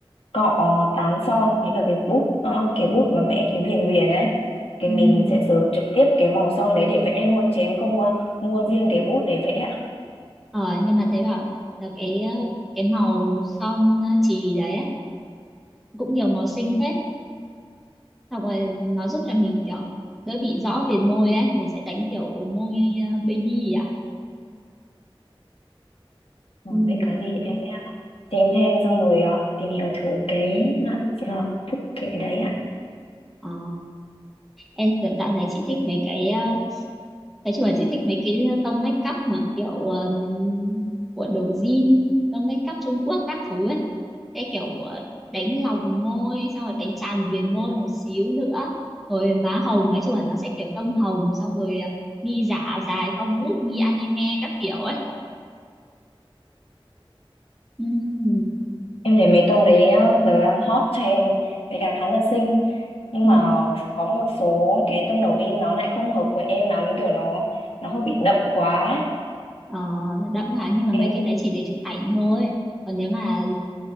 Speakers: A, on the left; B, in the centre.
A: cọ tán son với cả cái bút ờ, cái bút mà vẽ cái viền viền ấy. Cái
B: Ừm,
A: mình sẽ sử dụng trực tiếp cái màu son đấy để vẽ luôn chứ em không ờ, mua riêng cái bút để vẽ. ạ.
B: Ờ, nhưng mà thấy bảo là cái ờ, cái màu son ờ, chì đấy ấy, cũng nhiều màu xinh phết xong rồi nó giúp cho mình kiểu đỡ bị rõ viền môi ấy mình sẽ đánh kiểu môi ờ, baby à
A: Ờ,
B: Ừm,
A: vậy có gì em sẽ xem thêm xong rồi ờ, tìm hiểu thử cái loại ờ, bút kẻ đấy ạ.
B: ờ. em dạo dạo này chị thích mấy cái ờ, nói chung là chị thích mấy cái ờ, tông make up mà kiểu um, của đồ jean tông make up Trung Quốc các thứ ấy sẽ kiểu ờ, đánh lòng môi xong rồi đánh tràn viền môi một xíu nữa rồi má hồng nói chung là nó sẽ kiểu tông hồng xong rồi ờ, mi giả dài cong vút mi anime các kiểu ấy Ừm,
A: Em thấy mấy tông đấy á, giờ đang hot trend với cả khá là xinh nhưng
B: ừm.
A: mà có một số cái tông đầu in nó lại không hợp với em lắm kiểu nó nó hơi bị đậm quá ấy.
B: Ờ, nó đậm hả nhưng mà
A: Em
B: mấy cái đấy chỉ để chụp ảnh thôi còn nếu mà